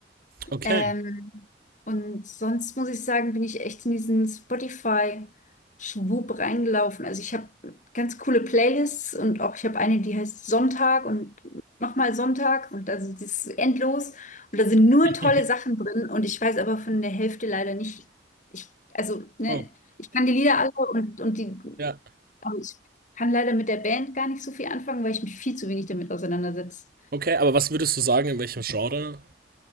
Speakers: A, on the right; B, on the left.
A: Okay.
B: Ähm, und sonst muss ich sagen, bin ich echt in diesen Spotify-Schwub reingelaufen. Also ich habe ganz coole Playlists und auch ich habe eine, die heißt Sonntag und nochmal Sonntag und also das ist endlos. Und da sind nur
A: <laughs>
B: tolle Sachen drin und ich weiß aber von der Hälfte leider nicht. Ich, also, ne,
A: Oh,
B: ich kann die Lieder alle und, und die,
A: ja.
B: aber ich kann leider mit der Band gar nicht so viel anfangen, weil ich mich viel zu wenig damit auseinandersetze.
A: Okay, aber was würdest du sagen, in welchem Genre